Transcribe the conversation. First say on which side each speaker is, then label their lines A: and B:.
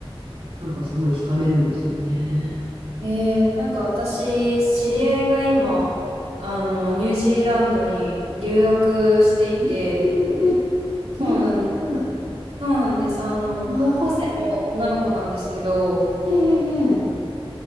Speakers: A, on the right (about 60°); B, on the right (about 85°).
A: なんかすごい惹かれるんですよね。
B: ー、えー、なんか私、知り合いが今、あの、ニュージーランドに留学していて、
A: ええ
B: そうなんです。
A: 留学、
B: そうなんです。あの、
A: まあ、
B: 高校生の女の子なんですけど、
A: ええええ